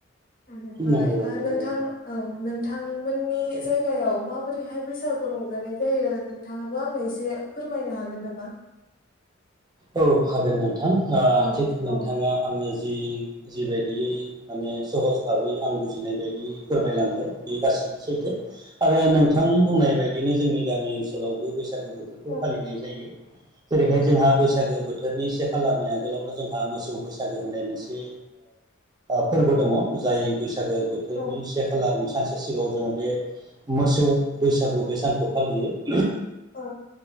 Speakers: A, on the left; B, on the right.
A: बेनिफ्राय
B: नंगौ नंगौ
A: नोंथां औ नोंथांमोननि जायगायाव माबोरैहाय बैसागु रंजानाय जायो नोंथाङा? आंनो एसे फोरमायनो हागोन नामा।
B: औ हागोन नोंथां
A: औ
B: थिग
A: औ
B: नोंथाङा आंनो। जि जिबायदियै माने सहज भाबै आं बुजिनाय बायदि फोरमायलांबाय बे गासैबो। सैथो आरो नोंथां बुंनाय बायदिनो जोंनि गामि ओनसोलावबो बसागु बोथोरखौ
A: औ
B: फालिनाय जायो जेरैहाय जोंहा बैसाग बैसागो बोथोरनि से खालारनि आगोलावनो जोंहा मोसौ बैसागो होननाय मोनसे। फोरबो दङ जाय बैसागो बोथोरनि
A: औ
B: से खालारनि सानसे सिगाङाव जोङो बे मोसौ बैसागु बे सानखौ फालियो।
A: औ।